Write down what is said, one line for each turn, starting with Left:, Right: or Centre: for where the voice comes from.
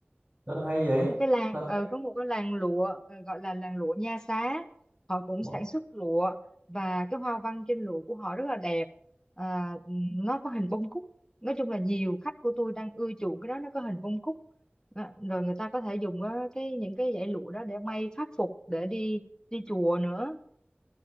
Right: tên hay vậy
Left: có một cái làng
Right: tên
Left: ừ,
Right: đẹp
Left: có một cái làng lụa ờ, gọi là làng lụa Nha Xá họ cũng
Right: quá.
Left: sản xuất lụa và cái hoa văn trên lụa của họ rất là đẹp à, nó có hình bông cúc nói chung là nhiều khách của tôi đang ưa chuộng cái đó nó có hình bông cúc đó. rồi người ta có thể dùng ờ, cái những cái dải lụa đó để may pháp phục để đi đi chùa nữa